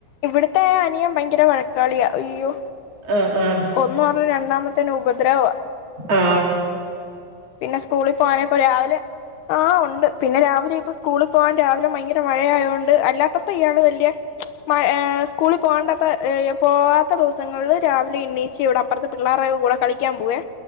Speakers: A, on the left; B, on the right.
A: ഇവിടുത്തെ അനിയൻ ഭയങ്കര വഴക്കാളിയാ അയ്യോ
B: ആഹ് ആഹ്
A: ഒന്നും അറിഞ്ഞ രണ്ടാമത്തേന് ഉപദ്രവ
B: ആ
A: പിന്നെ സ്കൂളിൽ പോകാനേപ്പോ രാവിലെ ആ ഒണ്ട് പിന്നെ രാവിലെ ഇപ്പ സ്കൂളിൽ പോകാൻ രാവിലെ ഭയങ്കര മഴയായോണ്ട് അല്ലാത്തപ്പോ ഇയാള് വല്യ മ ഏ സ്കൂളിൽ പോകണ്ടത്ത ഏ പോവാത്ത ദിവസങ്ങളില് രാവിലെ എണ്ണീച്ച് ഇവടെ അപ്പുറത്തെ പിള്ളേർ കൂടെ കളിക്കാൻ പോവെ